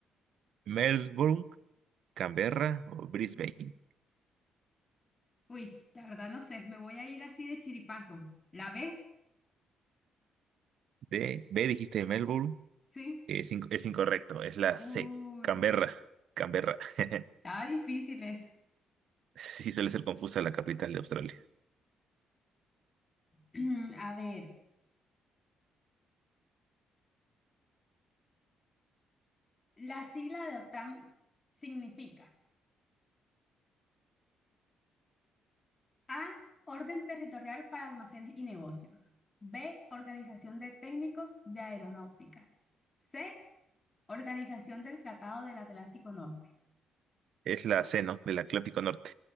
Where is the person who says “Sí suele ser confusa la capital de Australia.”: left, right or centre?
Right